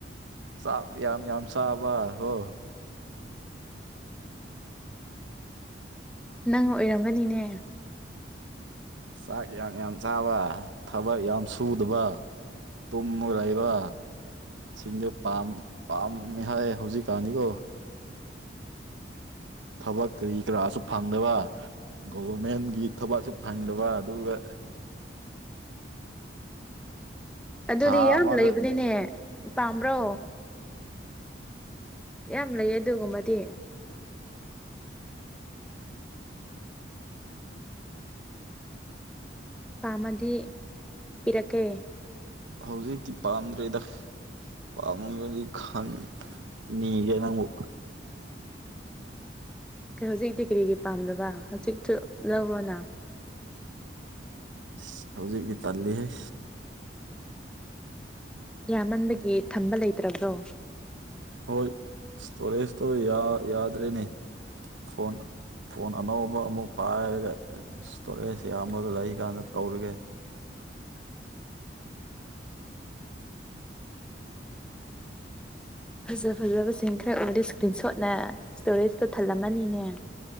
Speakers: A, on the right; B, in the centre.
A: ꯆꯥꯛ ꯌꯥꯝ ꯌꯥꯝ ꯆꯥꯕ ꯍꯣ
B: ꯅꯪ ꯑꯣꯏꯔꯝꯒꯅꯤꯅꯦ
A: ꯆꯥꯛ ꯌꯥꯝ ꯌꯥꯝ ꯆꯥꯕ ꯊꯕꯛ ꯌꯥꯝ ꯁꯨꯗꯕ ꯇꯨꯝꯃꯒꯔꯩꯕ ꯁꯤꯡꯗꯣ ꯄꯥꯝ ꯄꯥꯝꯃꯦ ꯍꯥꯏ ꯍꯧꯖꯤꯛꯀꯥꯟꯗꯤꯀꯣ ꯊꯕꯛ ꯀ꯭ꯔꯤ ꯀꯔꯥꯁꯨ ꯐꯪꯗꯕ ꯒꯣꯚꯔꯃꯦꯟꯒꯤ ꯊꯕꯛꯁꯨ ꯐꯪꯗꯕ ꯑꯗꯨꯒ
B: ꯑꯗꯨꯗꯤ
A: ꯊꯥ
B: ꯌꯥꯝ
A: ꯑꯃꯗ
B: ꯂꯩꯕꯅꯤꯅꯦ ꯄꯥꯝꯕ꯭ꯔꯣ ꯌꯥꯝ ꯂꯩꯌꯦ ꯑꯗꯨꯒꯨꯝꯕꯗꯤ
A: <inaudible> <inaudible>
B: ꯄꯥꯝꯃꯗꯤ ꯄꯤꯔꯛꯀꯦ
A: ꯍꯧꯖꯤꯛꯇꯤ ꯄꯥꯝꯗ꯭ꯔꯦꯗ ꯄꯥꯝꯃꯨꯒꯗꯤ ꯈꯪ ꯅꯤꯒꯦ ꯅꯪꯕꯨ
B: ꯀꯩ ꯍꯧꯖꯤꯛꯇꯤ ꯀꯔꯤꯒꯤ ꯄꯥꯝꯗꯕ ꯍꯧꯖꯤꯛꯁꯨ ꯂꯧꯔꯣꯅ
A: ꯁꯤ ꯍꯧꯖꯤꯛꯇꯤ ꯇꯜꯂꯤꯍꯩ
B: ꯌꯥꯝꯃꯟꯕꯒꯤ ꯊꯝꯕ ꯂꯩꯇ꯭ꯔꯥꯕ꯭ꯔꯣ
A: ꯍꯣꯏ ꯏꯁꯇꯣꯔꯦꯁꯇꯣ ꯌꯥ ꯌꯥꯗ꯭ꯔꯦꯅꯦ ꯐꯣꯟ ꯐꯣꯟ ꯑꯅꯧꯕ ꯑꯃꯨꯛ ꯄꯥꯏꯔꯒ ꯏꯁꯇꯣꯔꯦꯁ ꯌꯥꯝꯕꯗꯨ ꯂꯩ ꯀꯥꯟꯗ ꯇꯧꯔꯒꯦ
B: ꯐꯖ ꯐꯖꯕꯁꯤꯡ ꯈꯔ ꯎꯔꯗꯤ ꯏꯁ꯭ꯀ꯭ꯔꯤꯟ ꯁꯣꯠꯅ ꯏꯁ꯭ꯇꯣꯔꯦꯖꯇꯣ ꯊꯜꯂꯝꯃꯅꯤꯅꯦ